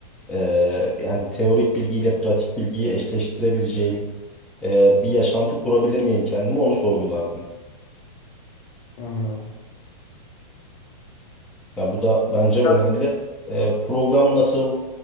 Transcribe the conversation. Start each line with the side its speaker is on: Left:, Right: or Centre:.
Centre: Ee, yani teorik bilgiyle pratik bilgiyi eşleştirebileceğim e, bir yaşantı kurabilir miyim kendime onu sorgulardım.
Left: Hı hı.
Centre: Ya bu da bence önemli.
Left: Ya-
Centre: Ee, program nasıl?